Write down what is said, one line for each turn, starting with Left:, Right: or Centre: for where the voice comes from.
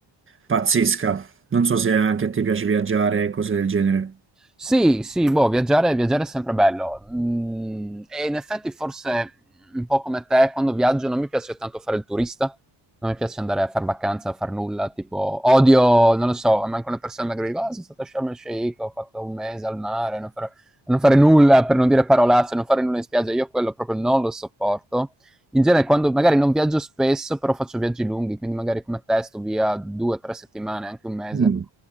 Right: pazzesca. Non so se anche a te piace viaggiare, cose del genere.
Centre: Sì, sì, boh, viaggiare, viaggiare è sempre bello. Mm, e in effetti forse un po' come te, quando viaggio non mi piace tanto fare il turista, non mi piace andare a far vacanza, a far nulla, tipo odio, non lo so, manco le persone magari dicono, ah, sono stato a Sharm el Sheikh, ho fatto un mese al mare, non fare, non fare nulla, per non dire parolacce, non fare nulla in spiaggia, io quello proprio non lo sopporto. In genere, quando magari non viaggio spesso, però faccio viaggi lunghi, quindi magari come te sto via due, tre settimane, anche un mese.
Right: Mm.